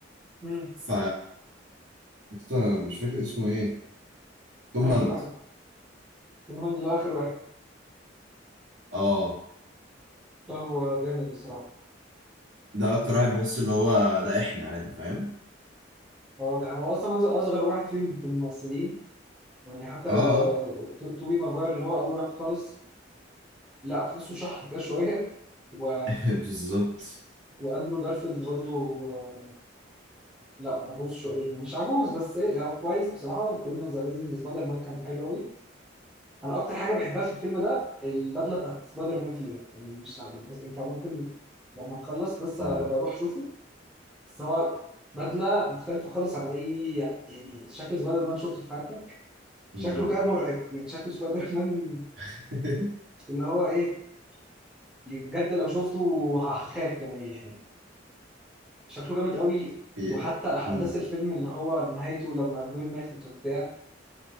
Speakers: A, in the centre; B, on the right (about 70°).
A: مم.
B: ف لسه مش فاكر اسمه ايه توم
A: انهي
B: هولاند
A: واحد توم هولاند ده اخر واحد
B: اه
A: ده هو جامد بصراحة
B: ده اكتر واحد بحس اللي هو ده احنا عادي فاهم
A: هو ده هو اصلا أصغر أصغر واحد فيهم في الممثلين يعني حتى
B: اه
A: آه،
B: آه.
A: تو- توبي ماجواير اللي هو اول واحد خالص لا تحسه شحط كده شوية و...
B: <laughs> بالظبط
A: واندرو جارفيلد برضو آه، لا ملهوش شغل يعني مش عجوز بس ايه يعني هو كويس بصراحه الفيلم ذا اميزنج سبايدر مان كان حلو قوي انا اكتر حاجه بحبها في الفيلم ده البدله بتاعت سبايدر مان فيها يعني مش عارف بس انت ممكن لما تخلص بس
B: اه
A: ابقى اروح شوفه بس هو بدله مختلفه خالص عن اي يعني شكل سبايدر مان شفته في حياتك
B: مم.
A: شكله كان مرعب يعني شكل سبايدر مان
B: <laughs>
A: اللي هو ايه بجد لو شفته هخاف يعني شكله جامد قوي
B: هي-
A: وحتى احداث
B: مم.
A: الفيلم اللي هو نهايته لما البنت ماتت وبتاع